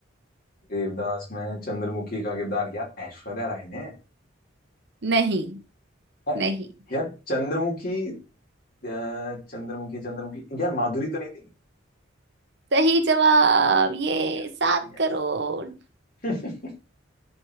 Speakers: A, on the left; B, on the right.
A: देवदास में चंद्रमुखी का किरदार यार ऐश्वर्या राय ने
B: नहीं
A: है।
B: नहीं
A: यार चंद्रमुखी अ, चंद्रमुखी चंद्रमुखी यार माधुरी तो नहीं थी
B: सही जवाब ये
A: Yes
B: सात
A: yes
B: करोड़
A: <laughs>